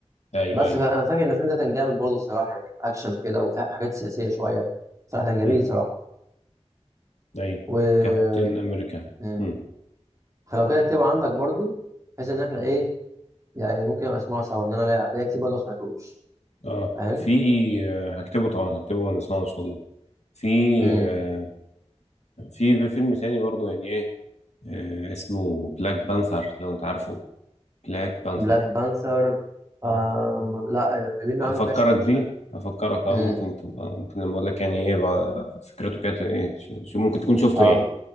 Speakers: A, on the left (about 75°); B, on the right (about 30°).
A: ايوه
B: بس
A: ايوه
B: فانا فاكر ان الفيلم ده كان جامد برضه الصراحه يعني كان اكشن وكده وفيه حاجات سياسيه شويه فكان جميل
A: مم.
B: صراحه
A: ايوه
B: و
A: كابتن امريكا
B: مم.
A: امم
B: فلو كده اكتبه عندك برضه بحيث ان احنا ايه يعني ممكن أبقى اسمعها سوا ان انا لا لا اكتب برضه ما اسمعهوش
A: اه
B: فاهم؟
A: في آه، هكتبه طبعا هكتبه ونسمعه ان شاء الله في
B: مم.
A: آه، في فيلم تاني برضو يعني ايه آه، اسمه بلاك بانثر لو انت عارفه بلاك بانثر
B: بلاك بانثر آم...
A: مم.
B: لا آه، كلمنا
A: هفكرك
B: عنه كده عشان مش
A: بيه
B: فاكر
A: هفكرك اه
B: امم
A: ممكن تبقى ممكن لما اقول لك يعني ايه بقى فكرته كانت ايه ش- شو ممكن تكون شفته
B: اه
A: يعني